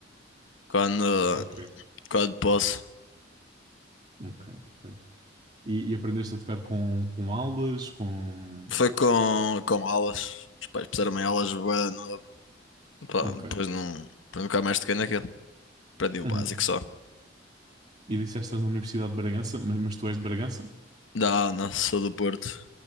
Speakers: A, on the left; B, on the right.
A: quando,
B: Ok,
A: quando posso.
B: ok, ok. E, e aprendeste a tocar com, com aulas, com.
A: Foi com, com aulas. Os pais puseram-me em aulas bué de novo. Pá,
B: Ok.
A: depois não. Depois nunca mais toquei naquilo. Aprendi o
B: Uhum.
A: básico só.
B: E disseste que estás na Universidade de Bragança, mas, mas tu és de Bragança?
A: Não, não, sou do Porto.